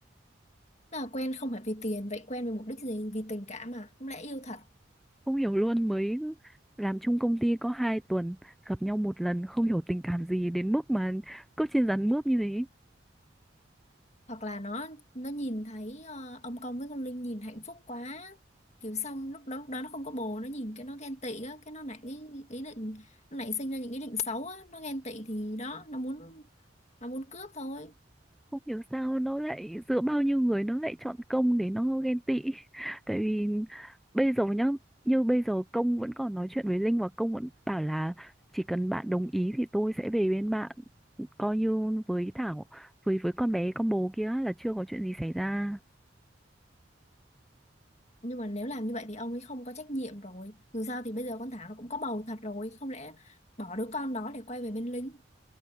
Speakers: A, on the left; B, in the centre.
A: Là quen không phải vì tiền, vậy quen vì mục đích gì? Vì tình cảm à? Không lẽ yêu thật?
B: Không hiểu luôn mới làm chung công ty có hai tuần Gặp nhau một lần không hiểu tình cảm gì Đến mức mà cứ trên rắn mướp như thế
A: Hoặc là nó nó nhìn thấy ờ, ông Công với con Linh nhìn hạnh phúc quá. Kiểu xong lúc đó lúc đó nó không có bồ, nó nhìn cái nó ghen tị á, cái nó nảy ý, ý định nó nảy sinh ra những ý định xấu á, nó ghen tị thì đó, nó muốn nó muốn cướp thôi.
B: không hiểu sao nó lại giữa bao nhiêu người nó lại chọn công để nó ghen tị <laughs> tại vì bây giờ nhá như bây giờ công vẫn còn nói chuyện với Linh và công vẫn bảo là chỉ cần bạn đồng ý thì tôi sẽ về bên bạn coi như với Thảo với với con bé con bồ kia là chưa có chuyện gì xảy ra
A: Nhưng mà nếu làm như vậy thì ông ấy không có trách nhiệm rồi. Dù sao thì bây giờ con Thảo nó cũng có bầu thật rồi, không lẽ bỏ đứa con đó để quay về bên Linh?